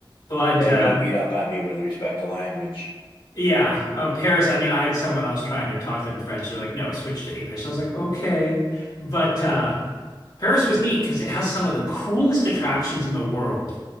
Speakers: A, on the left (about 60°); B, on the left (about 80°).
A: But
B: they
A: uh
B: really beat up on me with respect to language.
A: yeah, um Paris, I mean I had someone I was trying to talk to them in French. They're like, no, switch to English. I was like, okay. But uh Paris was neat because it has some of the coolest attractions in the world.